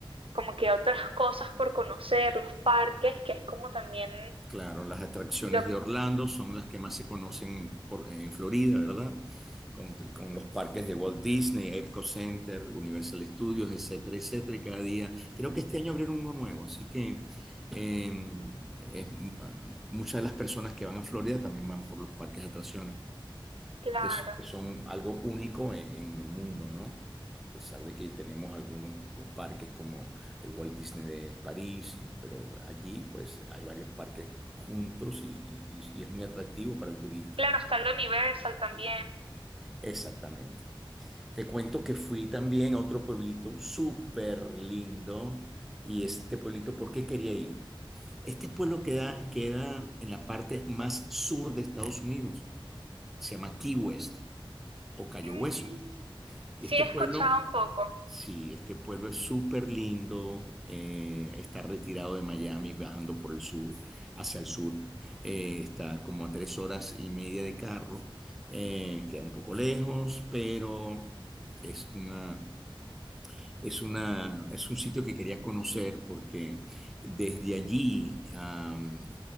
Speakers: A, on the right (about 80°); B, in the centre.
A: como que otras cosas por conocer, los parques, que es como también
B: Claro, las atracciones
A: lo,
B: de Orlando son las que más se conocen por- en Florida, ¿verdad? Con, con los parques de Walt Disney, Epcot Center, Universal Studios, etcétera, etcétera. Y cada día, creo que este año abrieron uno nuevo, así que eh, es- ah, muchas de las personas que van a Florida también van por los parques de atracciones
A: claro,
B: que, s- que son algo único en, en el mundo, ¿no? A pesar de que tenemos algunos co- parques como el Walt Disney de París, y- pero allí pues hay varios parques juntos y, y- y es muy atractivo para el turista.
A: claro, está el Universal también.
B: Exactamente. Te cuento que fui también a otro pueblito súper lindo y este pueblito, ¿por qué quería ir? Este pueblo queda, queda en la parte más sur de Estados Unidos. Se llama Key West o Cayo
A: Mm,
B: Hueso.
A: Sí
B: Y este
A: he escuchado
B: pueblo
A: un poco.
B: Sí, este pueblo es súper lindo, eh, está retirado de Miami, bajando por el sur, hacia el sur, eh, está como a tres horas y media de carro, eh, queda un poco lejos, pero es una, es una, es un sitio que quería conocer porque desde allí am,